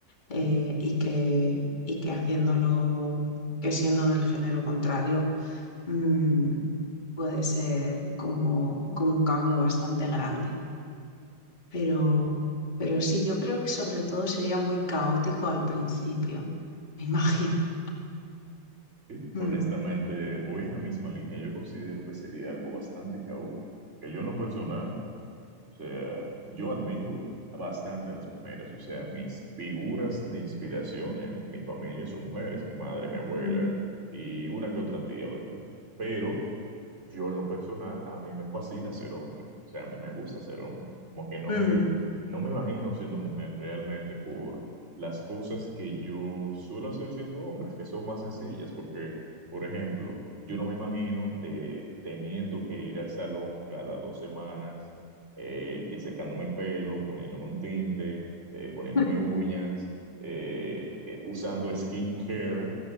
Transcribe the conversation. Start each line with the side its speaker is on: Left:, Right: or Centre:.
Left: eh, y que, y que haciéndolo, que siendo del género contrario mm, puede ser como, como un cambio bastante grande. Pero, pero sí, yo creo que sobre todo sería muy caótico al principio, me imagino. <laughs>
Right: Sí, honestamente,
Left: Mm,
Right: voy en la misma línea. Yo considero que sería algo bastante caótico. Que yo en lo personal, o sea, yo admiro bastante a las mujeres. O sea, mis figuras de inspiración en mi familia son mujeres, mi madre, mi abuela
Left: mm,
Right: y una que otra tía, ¿verdad? Pero yo en lo personal, a mí me fascina ser hombre, o sea, a mí me gusta ser hombre, como que no
Left: mm.
Right: me, no me imagino siendo mujer realmente por las cosas que yo suelo hacer siendo hombre, que son más sencillas, porque, por ejemplo, yo no me imagino te- teniendo que ir al salón cada dos semanas, eh, que secándome el pelo, poniéndome un tinte, eh, poniéndome
Left: <laughs>
Right: uñas, eh, eh, usando skincare